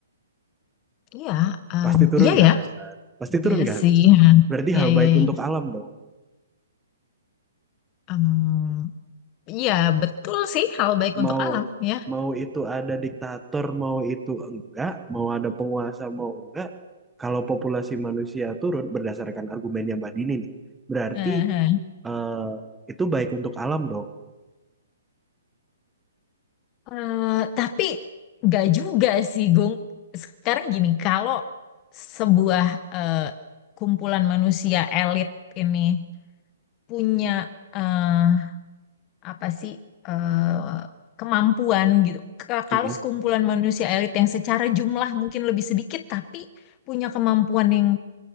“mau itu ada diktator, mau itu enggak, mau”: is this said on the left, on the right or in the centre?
Centre